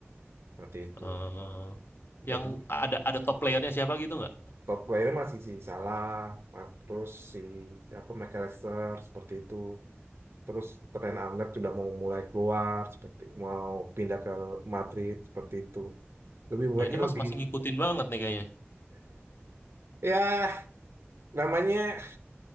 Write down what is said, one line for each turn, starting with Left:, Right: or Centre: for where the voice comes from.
Right: seperti itu.
Left: Eh,
Right: Jadi
Left: yang ada ada top playernya siapa gitu nggak?
Right: top player masih si Salah, ma- terus si siapa McAllister seperti itu. Terus Trent Alexander sudah mau mulai keluar seperti mau pindah ke Madrid seperti itu. Lebih mereka
Left: Oh, ini Mas
Right: lebih
Left: masih ngikutin banget nih kayaknya.
Right: ya namanya